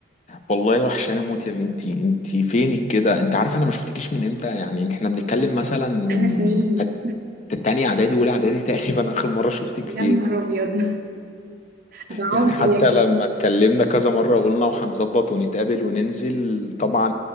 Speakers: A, on the left; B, on the right.
A: والله وحشاني موت يا بنتي انت فينك كده انت عارفه انا ما شفتكيش من امتى يعني انت احنا بنتكلم مثلا من
B: بقالنا سنين
A: تانية اعدادي اولى اعدادي <laughs> تقريبا اخر مره شفتك
B: يا
A: فيها
B: نهار ابيض <laughs> ده
A: يعني
B: عمري
A: حتى
B: يا ابني
A: لما اتكلمنا كذا مره قلنا وهنظبط ونتقابل وننزل طبعا